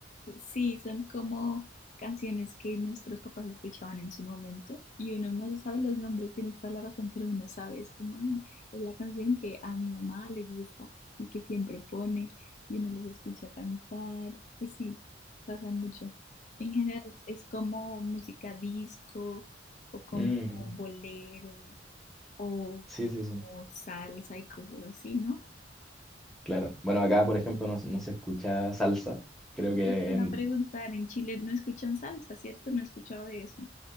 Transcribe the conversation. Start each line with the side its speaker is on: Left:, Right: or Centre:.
Left: Sí, son como canciones que nuestros papás escuchaban en su momento y uno no se sabe los nombres, tienes toda la razón, pero uno sabe, es como, "Ah, es la canción que a mi mamá le gusta y que siempre pone y uno los escucha cantar. Pues Sí, pasa mucho. En general es es como música disco o como
Centre: Mm,
Left: bolero o
Centre: sí,
Left: como
Centre: sí, sí,
Left: salsa y cosas así, ¿no?
Centre: claro. Bueno, acá, por ejemplo, no, se no se escucha salsa. Creo
Left: Eso
Centre: que
Left: te iba
Centre: en-
Left: a preguntar, en Chile no escuchan salsa, ¿cierto? No he escuchado de eso.